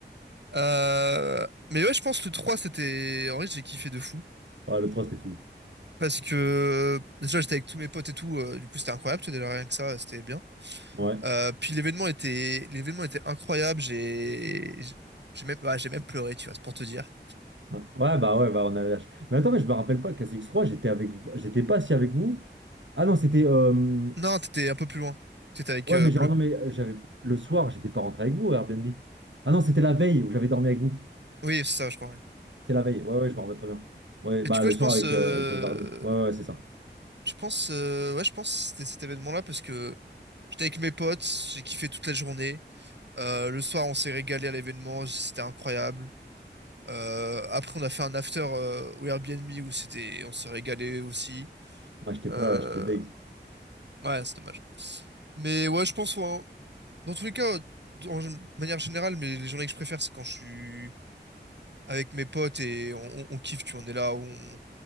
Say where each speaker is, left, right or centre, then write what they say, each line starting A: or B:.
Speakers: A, on the right; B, on the right.
A: Euh, Mais ouais, je pense que le 3, c'était. En vrai, j'ai kiffé de fou.
B: Ouais, le trois, c'était fou.
A: Parce que déjà, j'étais avec tous mes potes et tout. euh, du coup, c'était incroyable. tu sais, Déjà, rien que ça, c'était bien.
B: Ouais.
A: Euh, puis l'événement était, l'événement était incroyable. J'ai, j'ai même, ouais, j'ai même pleuré, tu vois, c'est pour te dire.
B: Ouais, Ouais, bah, ouais, bah, on a la lâche. Mais attends, mais je me rappelle pas qu'à cx 3, j'étais avec vous, j'étais pas assis avec vous. Ah non, c'était, euh,
A: Non, t'étais un peu plus loin. T'étais avec
B: ouais,
A: euh,
B: mais
A: Bleu.
B: genre, non, mais j'avais, le soir, j'étais pas rentré avec vous, au Airbnb. Ah non, c'était la veille où j'avais dormi avec vous.
A: Oui, c'est ça, je crois. ouais.
B: C'est la veille. Ouais, ouais, je me rappelle très bien. Ouais, bah
A: Et du coup,
B: le
A: je
B: soir
A: pense,
B: avec,
A: euh,
B: euh, avec euh, Darling. Ouais, ouais, c'est ça.
A: je pense, euh, ouais, je pense que c'était cet événement-là parce que j'étais avec mes potes, j'ai kiffé toute la journée. Euh, le soir, on s'est régalé à l'événement, c'était incroyable. Euh, après, on a fait un after euh, au Airbnb où c'était, on s'est régalé aussi.
B: Ah, j'étais
A: Euh,
B: pas là, j'étais deg.
A: Ouais, c'est dommage. Mais ouais, je pense, hein, dans tous les cas, de en gen- manière générale, mais les journées que je préfère, c'est quand je suis avec mes potes et on, on- on kiffe, tu vois, on est là, on,